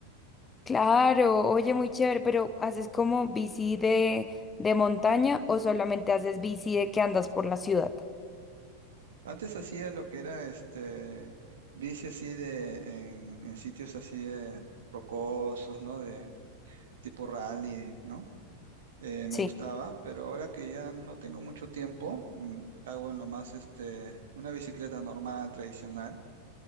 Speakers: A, on the left; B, on the right.
A: Claro, oye, muy chévere, pero ¿haces como bici de, de montaña o solamente haces bici de que andas por la ciudad?
B: Antes hacía lo que era este bici así de en, en sitios así de rocosos, ¿no? De tipo rally, ¿no? Eh, me
A: Sí.
B: gustaba, pero ahora que ya no tengo mucho tiempo, mm, hago nomás este una bicicleta normal, tradicional,